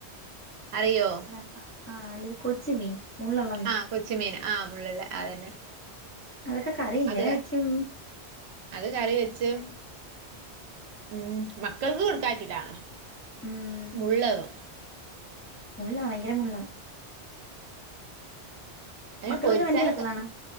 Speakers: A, on the right (about 70°); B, on the left (about 15°).
A: അറിയോ..
B: ആ ആഹ് അല്ലെങ്ക കൊച്ച് മീൻ.. മള്ള്ളമീൻ
A: ആഹ് കൊച്ചുമീൻ ആഹ് മുള്ളുള്ള അതന്നെ
B: അതൊക്കെ കറി എങ്ങനെ
A: അത് ക
B: വെക്കും..
A: അത് കറി വെച്ച് ഉം മക്കൾക്ക് കൊടുക്കാൻ പറ്റൂല..
B: ഉം
A: മുള്ളവും..
B: മുള്ളാ ഭയങ്കര മുള്ളാ..
A: അന്
B: മക്കളൊക്കെ
A: പൊരിച്ചാലെക്കെ
B: വല്യ മക്കളാണോ